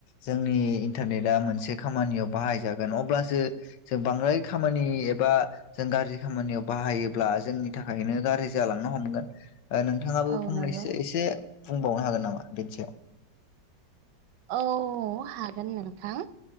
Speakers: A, on the left; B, on the right.
A: जोंनि इन्टारनेटआ मोनसे खामानियाव बाहायजागोन अब्लासो जों बांद्राय खामानि एबा जों गाज्रि खामानियाव बाहायोब्ला जोंनि थाखायनो गाज्रि जालांनो हमगोन। ओ नोंथाङाबो
B: औ
A: फंनैसो
B: नंगौ
A: एसे बुंबावनो हागोन नामा बेनि सायाव
B: औ हागोन नोंथां